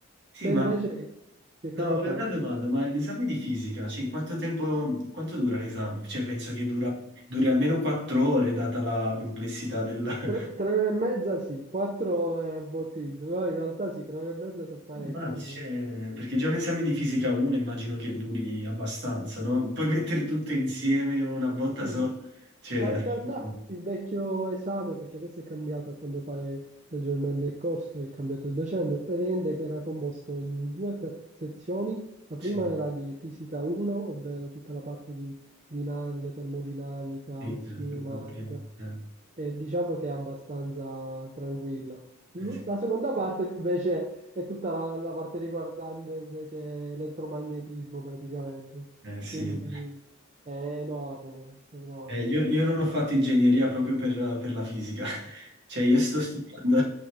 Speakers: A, on the right; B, on the right.
A: Sì,
B: Te
A: ma
B: invece che cosa
A: no, avrei
B: fai?
A: una domanda, ma l'esame di fisica, cioè, quanto tempo, quanto dura l'esame? Cioè, penso che dura, duri almeno quattro ore, data la complessità del... <laughs>
B: Tre, tre ore e mezza sì, quattro è un po' ottimista, però in realtà sì, tre ore e mezza sono parecchie.
A: Ma c'è- perché già un esame di fisica 1 immagino che duri abbastanza, no? Puoi mettere tutto insieme in una botta
B: Sì.
A: sola, cioè,
B: Ma
A: assurdo.
B: in realtà il vecchio esame, perché adesso è cambiato a quanto pare leggermente il corso, è cambiato il docente, praticamente era composto in due fra- sezioni. La prima
A: Sì,
B: era di fisica 1, ovvero tutta la parte di dinamica, termodinamica,
A: sì,
B: cinematica,
A: eh, infatti, eh,
B: e diciamo che è abbastanza tranquilla. L-
A: eh sì.
B: La seconda parte invece è tutta la, la parte riguardante invece elettromagnetismo praticamente.
A: Eh, sì.
B: Quindi è enorme, è enorme.
A: Eh, io, io non ho fatto ingegneria proprio per, per la fisica, <laughs> cioè io sto studiando